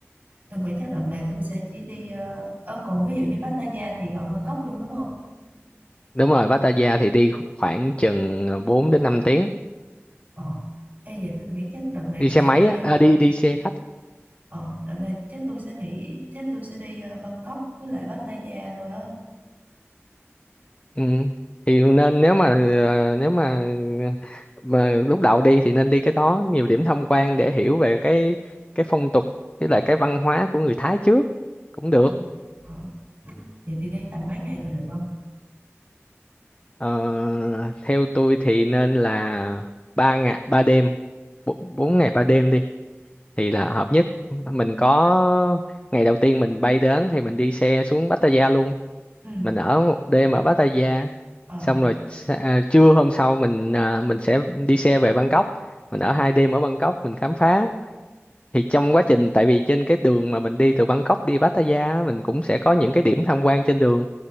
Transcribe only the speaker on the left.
đúng rồi Pattaya thì đi khoảng chừng à, bốn đến năm tiếng
đi
xe
máy
á,
à, đi đi xe khách á.
ừ. thì nên nếu mà ờ, nếu mà, à, mà lúc đầu đi thì nên đi cái đó nhiều điểm tham quan để hiểu về cái cái phong tục với lại cái văn hóa của người Thái trước cũng được
Ờ, theo tôi thì nên là ba ngày ba đêm bốn bốn ngày ba đêm đi thì là hợp nhất mình có ngày đầu tiên mình bay đến thì mình đi xe xuống Pattaya luôn
mình ở một đêm ở Pattaya
xong rồi s- à, trưa hôm sau mình à, mình sẽ đi xe về Bangkok mình ở hai đêm ở Bangkok mình khám phá thì trong quá trình tại vì trên cái đường mà mình đi từ Bangkok đi Pattaya á, mình cũng sẽ có những cái điểm tham quan trên đường